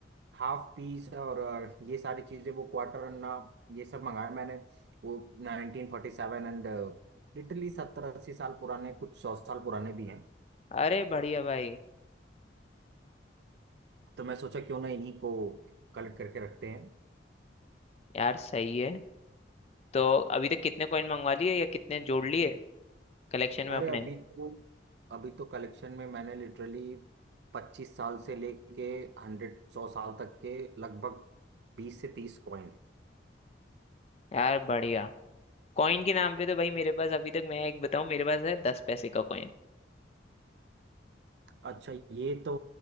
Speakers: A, on the right; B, on the left.
A: हाफ पीस और अ, ये सारी चीजें वो क्वार्टर अन्ना ये सब मंगाया मैंने वो नाइनटीन फोर्टी सेवन एंड लिटरली सत्तर अस्सी साल पुराने कुछ सौ साल पुराने भी हैं
B: अरे बढ़िया भाई
A: तो मैं सोचा क्यों ना इन्हीं को कलेक्ट करके रखते हैं
B: यार सही है तो अभी तक कितने कॉइन मंगवा लिए या कितने जोड़ लिए कलेक्शन में
A: अरे
B: अपने
A: अभी तो अभी तो कलेक्शन में मैंने लिटरली पच्चीस साल से लेके हंड्रेड सौ साल तक के लगभग बीस से तीस कॉइन है
B: यार बढ़िया कॉइन के नाम पे तो भाई मेरे पास अभी तक मैं एक बताऊं मेरे पास है दस पैसे का कॉइन
A: अच्छा ये तो